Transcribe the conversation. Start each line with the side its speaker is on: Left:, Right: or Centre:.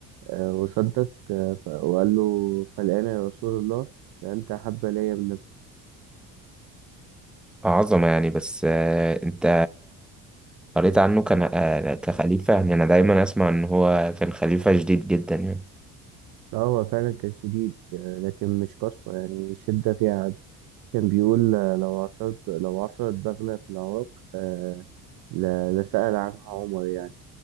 Right: آه، وصدق آه، ف- وقال له فالآن يا رسول الله ده أنت أحب إلي من نفسي
Centre: عظمة يعني بس آه، أنت قريت عنه كان آه، كخليفة يعني أنا دايما أسمع إن هو كان خليفة شديد جدا يعني
Right: لا هو فعلا كان شديد آه، لكن مش قسوة يعني شدة فيها عدل كان بيقول آه، لو عثرت لو عثرت بغلة في العراق آه، ل- لسأل عنها عمر يعني